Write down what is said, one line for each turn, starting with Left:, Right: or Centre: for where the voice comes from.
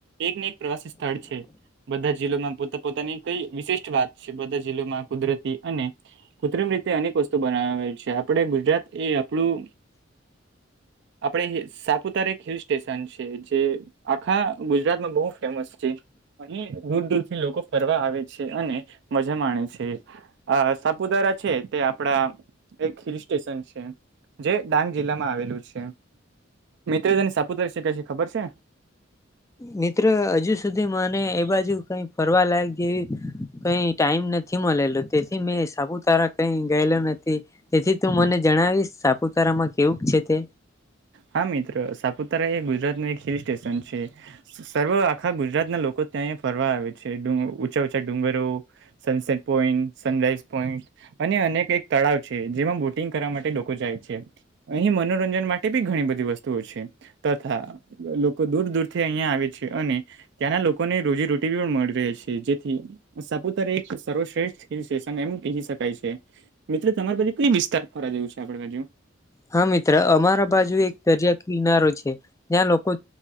Right: એકને એક પ્રવાસી સ્થળ છે બધા જ જિલ્લોમાં પોતા પોતાની કઈ વિશિષ્ટ વાત છે બધા જિલ્લોમાં કુદરતી અને કૃત્રિમ રીતે અનેક વસ્તુ બનાવે છે આપડે ગુજરાત એ આપણું આપડે સાપુતારા એક હિલ સ્ટેશન છે જે આખા ગુજરાતમાં બહુ ફેમસ છે. અહી દૂર-દૂર થી લોકો ફરવા આવે છે અને મજા માણે છે. અ સાપુતારા છે તે આપડા એક હિલ સ્ટેશન છે. જે ડાંગ જિલ્લામાં આવેલું છે મિત્ર તેને સાપુતારા વિશે કશું ખબર છે.
Left: મિત્ર હજુ સુધી મને એ બાજુ કઈ ફરવા લાયક જેવી કઈ ટાઈમ નથી મળેલો તેથી મેં સાપુતારા કઈ ગયેલો નથી. તેથી તું મને જણાવીશ સાપુતારામાં કેવું છે તે.
Right: હા મિત્ર સાપુતારા એ ગુજરાતનું એક હિલ સ્ટેશન છે. સર્વ આખા ગુજરાત ના લોકો ત્યાં ફરવા આવે છે ઊંચા-ઊચા ડુંગરો, સનસેટ પોઈન્ટ, સનરાઈઝ પોઈન્ટ અને અનેક એક તળાવ છે જેમાં બોટિંગ કરવા માટે લોકો જાય છે અહી મનોરંજન માટે બી ઘણી બધી વસ્તુઓ છે તથા લોકો દૂર-દૂરથી અહિયાં આવે છે અને ત્યાંના લોકોને રોજી રોટી પણ મળી રહે છે જેથી સાપુતારા એક સર્વશ્રેષ્ઠ હિલ સ્ટેશન એમ કહી શકાય છે. મિત્ર તમારી બાજુ કઈ વિસ્તાર ફરવા જેવું છે આપડા બાજુ.
Left: હા મિત્ર અમારા બાજુ એક દરિયા કિનારો છે જ્યાં લોકો